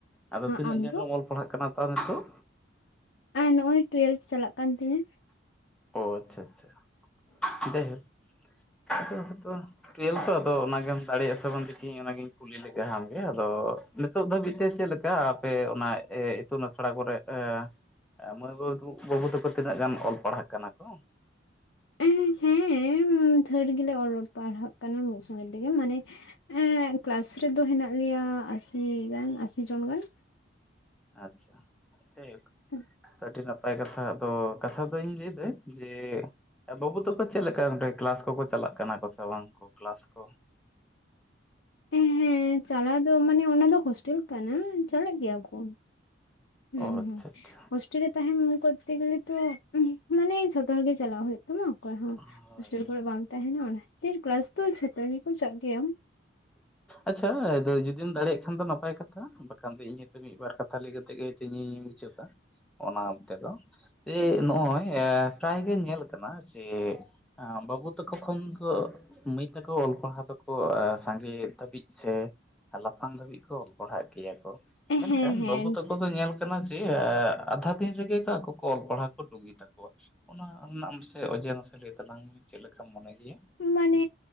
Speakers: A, in the centre; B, on the left.
A: ᱟᱫᱚ ᱛᱤᱱᱟᱹᱜ
B: ᱟᱢ
A: ᱜᱟᱱ
B: ᱫᱚ
A: ᱨᱮᱢ ᱚᱞ ᱯᱟᱲᱦᱟᱜ ᱠᱟᱱᱟ ᱛᱚ ᱱᱤᱛᱚᱜ?
B: ᱟᱨ ᱱᱚᱜ-ᱚᱭ ᱴᱩᱭᱮᱞᱵᱷ ᱪᱟᱞᱟᱜ ᱠᱟᱱ ᱛᱤᱧᱟᱹ
A: ᱚ ᱟᱪᱪᱷᱟ ᱟᱪᱪᱷᱟ ᱡᱟᱭ ᱦᱳᱠ ᱦᱳᱭᱛᱚ ᱴᱩᱭᱮᱞᱵᱷ ᱛᱚ ᱟᱫᱚ ᱚᱱᱟᱜᱮᱢ ᱫᱟᱲᱮᱭᱟᱜᱼᱟ ᱥᱮ ᱵᱟᱝ ᱫᱮᱠᱷᱤᱧ ᱚᱱᱟᱜᱮᱧ ᱠᱩᱞᱤ ᱞᱮᱜᱟ ᱦᱟᱢ ᱜᱮ ᱟᱫᱚ ᱱᱤᱛᱚᱜ ᱫᱷᱟᱹᱵᱤᱡ ᱛᱮ ᱪᱮᱫ ᱞᱮᱠᱟ ᱟᱯᱮ ᱚᱱᱟ ᱮ ᱤᱛᱩᱱ ᱟᱥᱲᱟ ᱠᱚᱨᱮ ᱮᱸ ᱢᱟᱹᱭ ᱵᱟᱹᱵᱩ-ᱵᱟᱹᱵᱩ ᱛᱟᱠᱚ ᱛᱤᱱᱟᱹᱜ ᱜᱟᱱ ᱚᱞ ᱯᱟᱲᱦᱟᱜ ᱠᱟᱱᱟ ᱠᱚ?
B: ᱮᱸ ᱦᱮᱸ ᱫᱷᱟᱹᱨ ᱜᱮᱞᱮ ᱚᱞᱚᱜ ᱯᱟᱲᱦᱟᱜ ᱠᱟᱱᱟ ᱢᱤᱫ ᱥᱚᱸᱜᱮ ᱛᱮᱜᱮ ᱢᱟᱱᱮ ᱮᱸᱜ ᱠᱮᱞᱟᱥ ᱨᱮᱫᱚ ᱦᱮᱱᱟᱜ ᱞᱮᱭᱟ ᱟᱥᱤ ᱜᱟᱱ ᱟᱥᱤ ᱡᱚᱱ ᱜᱟᱱ
A: ᱟᱪᱪᱷᱟ ᱡᱟᱭ ᱦᱳᱠ‌
B: <unintelligible>
A: ᱟᱹᱰᱤ ᱱᱟᱯᱟᱭ ᱠᱟᱛᱷᱟ ᱟᱫᱚ ᱠᱟᱛᱷᱟ ᱫᱚᱧ ᱞᱟᱹᱭ ᱫᱟᱹᱧ ᱡᱮ ᱵᱟᱹᱵᱩ ᱛᱟᱠᱚ ᱪᱮᱫ ᱞᱮᱠᱟ ᱚᱸᱰᱮ ᱠᱮᱞᱟᱥ ᱠᱚᱠᱚ ᱪᱟᱞᱟᱜ ᱠᱟᱱᱟ ᱠᱚ ᱥᱮ ᱵᱟᱝ? ᱠᱮᱞᱟᱥ ᱠᱚ
B: ᱮᱦᱮᱸ ᱪᱟᱞᱟᱣ ᱫᱚ ᱢᱟᱱᱮ ᱚᱱᱟ ᱫᱚ ᱦᱳᱥᱴᱮᱞ ᱠᱟᱱᱟ᱾ ᱪᱟᱞᱟᱜ ᱜᱮᱭᱟ ᱠᱚ ᱦᱮᱸ
A: ᱚ ᱟᱪᱪᱷᱟ
B: ᱦᱮᱸ
A: ᱟᱪᱪᱷᱟ
B: ᱦᱳᱥᱴᱮᱞ ᱨᱮ ᱛᱟᱦᱮᱱ ᱠᱚᱨᱛᱮ ᱜᱮᱞᱮ ᱛᱚ ᱢᱟᱱᱮ ᱡᱷᱚᱛᱚ ᱦᱚᱲ ᱜᱮ ᱪᱟᱞᱟᱜ ᱦᱩᱭᱩᱜ ᱛᱟᱢᱟ ᱚᱠᱚᱭ ᱦᱚᱸ
A: ᱦᱳᱭ
B: ᱦᱳᱥᱴᱮᱞ
A: ᱦᱳᱭ
B: ᱠᱚᱨᱮ ᱵᱟᱢ ᱛᱟᱦᱮᱱᱟ ᱚᱱᱟ ᱠᱷᱟᱹᱛᱤᱨ ᱠᱞᱟᱥ ᱫᱚ ᱡᱷᱚᱛᱚ ᱜᱮᱠᱚ ᱪᱟᱜ ᱜᱮᱭᱟ
A: ᱟᱪᱪᱷᱟ ᱟᱫᱚ ᱡᱩᱫᱤᱢ ᱫᱟᱲᱮᱭᱟᱜ ᱠᱷᱟᱱ ᱫᱚ ᱱᱟᱯᱟᱭ ᱠᱟᱛᱷᱟ ᱵᱟᱠᱷᱟᱱ ᱫᱚ ᱤᱧ ᱦᱮᱛᱜ ᱢᱤᱫ ᱵᱟᱨ ᱠᱟᱛᱷᱟ ᱞᱟᱹᱭ ᱠᱟᱛᱮᱜ ᱜᱮ ᱦᱚᱭᱛᱚ ᱤᱧ-ᱤᱧ ᱢᱩᱪᱟᱹᱫᱟ ᱚᱱᱟ ᱛᱮ ᱫᱚ ᱡᱮ ᱱᱚᱜᱼᱚᱭ ᱮ ᱯᱨᱟᱭ ᱜᱮ ᱧᱮᱞ ᱠᱟᱱᱟ ᱡᱮ ᱵᱟᱹᱵᱩ ᱛᱟᱠᱚ ᱠᱷᱚᱱ ᱫᱚ ᱢᱟᱹᱭ ᱛᱟᱠᱚ ᱚᱞ ᱯᱟᱲᱦᱟᱣ ᱫᱚᱠᱚ ᱮ ᱥᱟᱸᱜᱮ ᱫᱷᱟᱹᱵᱤᱡ ᱥᱮ ᱞᱟᱯᱷᱟᱝ ᱫᱷᱟᱹᱵᱤᱡ ᱠᱚ ᱚᱞ ᱯᱟᱲᱦᱟᱜ ᱜᱮᱭᱟ ᱠᱚ
B: ᱦᱮᱸ
A: ᱢᱮᱱᱠᱷᱟᱱ
B: ᱦᱮᱸ
A: ᱵᱟᱹᱵᱩ ᱛᱟᱠᱚ ᱠᱚᱫᱚ ᱧᱮᱞ ᱠᱟᱱᱟ ᱡᱮ ᱟ ᱟᱫᱷᱟ ᱫᱤᱱ ᱨᱮᱜᱮ ᱟᱠᱚ ᱠᱚ ᱚᱞ ᱯᱟᱲᱦᱟᱣ ᱠᱚ ᱰᱩᱜᱤ ᱛᱟᱠᱚᱣᱟ ᱚᱱᱟ ᱨᱮᱱᱟ ᱟᱢ ᱥᱮ ᱚᱡᱮ ᱢᱟᱥᱮ ᱞᱟᱹᱭ ᱛᱟᱞᱟᱝ ᱢᱮ ᱪᱮᱜ ᱞᱮᱠᱟᱢ ᱢᱚᱱᱮ ᱜᱮᱭᱟ
B: ᱢᱟᱱᱮ